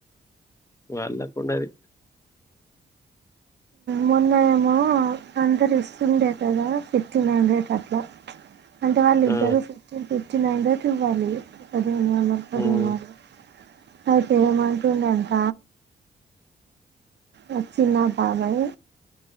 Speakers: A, on the left; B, on the right.
A: వాళ్లకి ఉన్నది
B: మొన్న ఏమో అందరు ఇస్తుండే కదా ఫిఫ్టీన్ హండ్రెడ్ అట్లా అంటే వాళ్ళ
A: ఆ!
B: ఇద్దరు ఫిఫ్టీన్ ఫిఫ్టీన్ హండ్రెడ్ ఇవ్వాలి పదిహేన్ వందల్ పదిహేన్
A: హ్మ్.
B: వందల్ అయితే ఏమంటుంది అంట వ చిన్న బాబాయ్